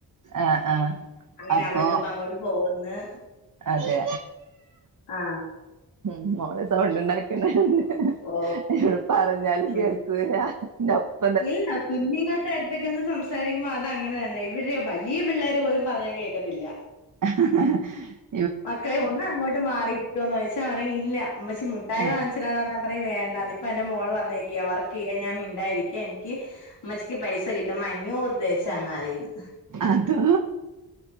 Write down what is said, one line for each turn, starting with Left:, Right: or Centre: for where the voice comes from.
Right: ആഹ് ആഹ്
Left: അങ്ങനെ
Right: അപ്പൊ
Left: അവള് ഇന്ന്പ്പ അങ്ങോട്ട് പോകുന്ന്
Right: അതെ
Left: ആ
Right: ഉം മോളെ സൗണ്ട് ഉണ്ടാക്ക്ണ് ണ്ട്.
Left: ഓ
Right: ഇവള് പർഞ്ഞാലും
Left: കുഞ്ഞ്
Right: കേൾക്കുലാ <unintelligible>
Left: ഇല്ല കുഞ്ഞ്ങ്ങൾടെ അട് ക്കന്ന് സംസാരിക്കുമ്പോ അത അങ്ങനെ തന്നെ ഇവര് വലിയ പിള്ളേർ പോലും പറഞ്ഞാൽ കേൾക്കത്തില്ല.
Right: ഹഹ്ഹ
Left: മക്കളെ ഒന്ന് അങ്ങോട്ട് മാറി ഒന്ന് വെച്ചാ പറിം ഇല്ല ഇമ്മച്ചിമുട്ടായി
Right: ആഹ്
Left: വങ്ങിച്ചരാന്ന് പറഞ്ഞ പറിം വേണ്ടാന്ന് ഇപ്പ് ഇപ്പൊ എന്റെ മോള് പറഞ്ഞേക്കിയ വർക്ക് ചെയ്യാ ഞാ മിണ്ടായിരിക്ക എനിക്ക് ഇമ്മച്ചിക്ക് പൈസ കിട്ടുമ്പോ അഞ്ഞൂറ് രൂപ വെച്ച് തന്നാമതീന്ന്
Right: അതാ